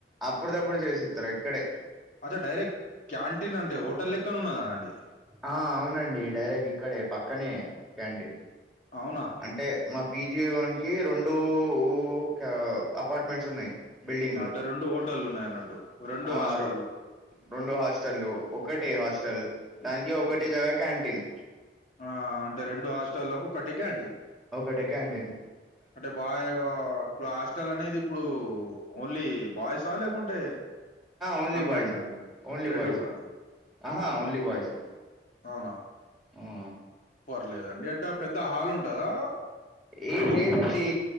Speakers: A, in the centre; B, on the left.
A: అప్పుడుది అప్పుడు చేసి ఇస్తారు ఇక్కడే
B: అదే డైరెక్ట్ క్యాంటీన్ అంటే హోటల్ లెక్కని ఉన్నదా అన్ అనండి
A: ఆ అవునండి డైరెక్ట్ ఇక్కడే పక్కనే క్యాంటీన్
B: అవునా
A: అంటే మా పిజి వోనికి రెండు ఊ కే అపార్ట్మెంట్స్ ఉన్నాయి బిల్డింగ్లు
B: అంటే రెండు హోటల్లు ఉన్నాయి అన్నట్టు రెండు
A: ఆ
B: హాస్టల్లు
A: రొ- రెండు హాస్టల్లు ఒకటే హాస్టల్ దానికి ఒకటే దగ క్యాంటీన్
B: ఆ అంటే రెండు హాస్టల్లకి ఒక్కటే క్యాంటీన్
A: ఒక్కటే క్యాంటీన్
B: అంటే బాయ్ ఇప్పుడు హాస్టల్ అనేది ఇప్పుడు ఓన్లీ బాయ్సా లేకుంటే
A: ఓన్లీ
B: కమ్మండ్
A: బాయ్స్ అండి, ఓన్లీ
B: రెండు
A: బాయ్స్
B: కూడా
A: అం, డి ఆహా ఓన్లీ బాయ్స్ ఏ.
B: అవునా
A: హూ
B: పర్లేదండి ఎట్టా పెద్ద హాలు ఉంటదా
A: ఏం
B: రూమ్
A: లేదండి